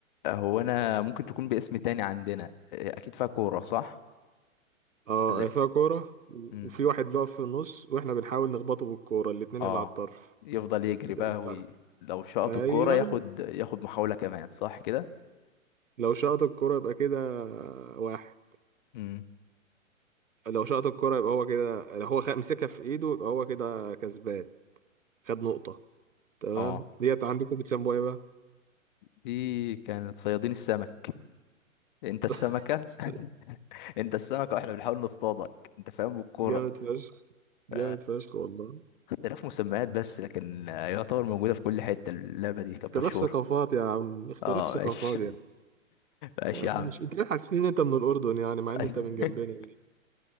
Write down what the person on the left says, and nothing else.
هو انا ممكن تكون باسم تاني عندنا آه، اكيد فيها كوره صح
ولا
إيه؟
مم.
اه
يفضل يجري بقى
وي... لو شاط
الكوره ياخد ياخد محاوله كمان صح كده
مم.
اه
دي كانت صيادين السمك انت السمكة
<laughs> انت السمكة واحنا بنحاول نصطادك انت فاهم بالكورة
ف-
اختلاف مسميات بس لكن يعتبر موجودة في كل حتة اللعبة دي كانت
مشهورة
اه
ماشي <laughs>
ماشي
يا عم
<laughs>